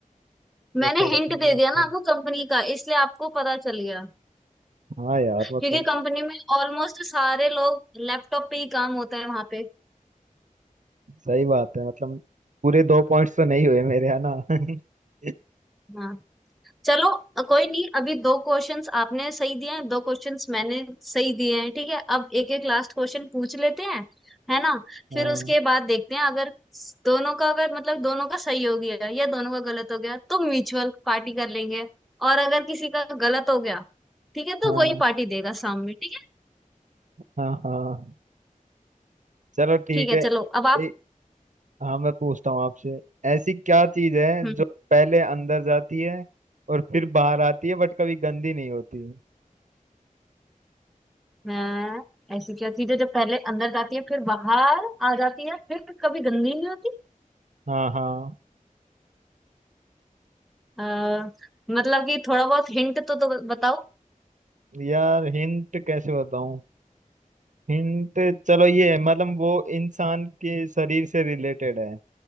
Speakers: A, in the centre; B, on the right.
A: मैंने
B: पर थोड़ा
A: हिंट
B: सा प्रयास
A: दे दिया ना
B: कर
A: आपको कंपनी का इसलिए आपको पता चल गया
B: हाँ यार मतलब
A: क्योंकि कंपनी में ऑलमोस्ट सारे लोग लैपटॉप पे ही काम होता है वहां पे
B: सही बात है मतलब पूरे दो पॉइंट्स तो नहीं हुए मेरे है ना <laughs>
A: हाँ चलो अ, कोई नहीं अभी दो क्वेश्चंस आपने सही दिए हैं दो क्वेश्चंस मैंने सही दिए हैं ठीक है अब एक एक लास्ट क्वेश्चन पूछ लेते हैं है ना
B: हाँ
A: फिर उसके बाद देखते हैं अगर दोनों का अगर मतलब दोनों का सही हो गया या दोनों का गलत हो गया तो म्यूचुअल पार्टी कर लेंगे और अगर किसी का गलत हो गया ठीक है
B: हाँ
A: तो वही पार्टी देगा सामने ठीक है
B: हाँ हाँ चलो ठीक
A: ठीक है
B: है
A: चलो अब आप
B: ए, हाँ मैं पूछता हूँ आपसे ऐसी क्या चीज है
A: हम्म हम्म।
B: जो पहले अंदर जाती है और फिर बाहर आती है बट कभी गंदी नहीं होती
A: हाँ ऐसी क्या चीज है जब पहले अंदर जाती है फिर बाहर आ जाती है फिर कभी गंदी नहीं होती
B: हाँ हाँ
A: आ, मतलब कि थोड़ा बहुत हिंट तो, तो बताओ
B: यार हिंट कैसे बताऊं हिंट चलो ये है मतलब वो इंसान के शरीर से रिलेटेड है